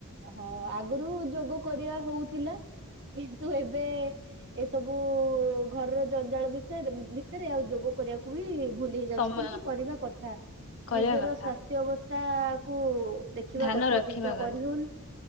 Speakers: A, on the right; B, on the left.
A: ହଁ ଆଗରୁ ଯୋଗ କରିବା ହଉଥିଲା କିନ୍ତୁ ଏବେ ଏସବୁ ଘରର ଜଞ୍ଜାଳ ବିଷୟରେ ଭିତରେ ଆଉ ଯୋଗ କରିବାକୁ ବି ଭୁଲି ହେଇଯାଉଚି
B: ସମୟ
A: କିନ୍ତୁ କରିବା କଥା
B: କରିବା
A: ନିଜର
B: କଥା
A: ସ୍ୱାସ୍ଥ୍ୟ ଅବସ୍ଥା କୁ ଦେ ଖିବା
B: ଧ୍ୟାନ
A: କଥା
B: ରଖିବା
A: କିନ୍ତୁ
B: କଥା
A: କରିହଉନି।